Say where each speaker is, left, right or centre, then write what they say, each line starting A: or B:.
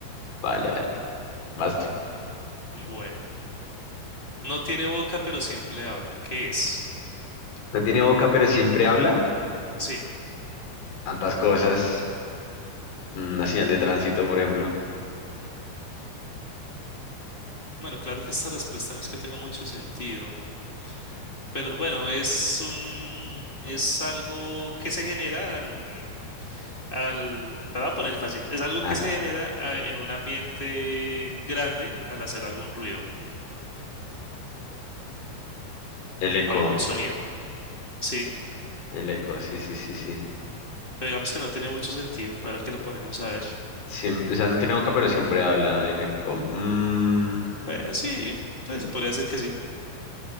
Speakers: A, on the left; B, on the left.
A: Vale, vale. Vas tú.
B: Bueno, no tiene boca, pero siempre habla. ¿Qué es?
A: No tiene boca, pero siempre habla.
B: Sí,
A: Tantas cosas. Mm, Una señal de tránsito, por ejemplo.
B: bueno, claro que esta respuesta no es que tenga mucho sentido, pero bueno, es un, es algo que se genera al al, te la voy a poner fácil. Es algo
A: Ah,
B: que se genera ah, en un ambiente grande al hacer algún ruido
A: el eco.
B: o algún sonido. Sí,
A: El eco, sí, sí, sí, sí.
B: pero digamos que no tiene mucho sentido. Ahora que lo ponemos a ver.
A: Siem- o sea, no tiene boca, pero siempre habla. El eco. Mm,
B: Pues sí, pues se podría decir que sí.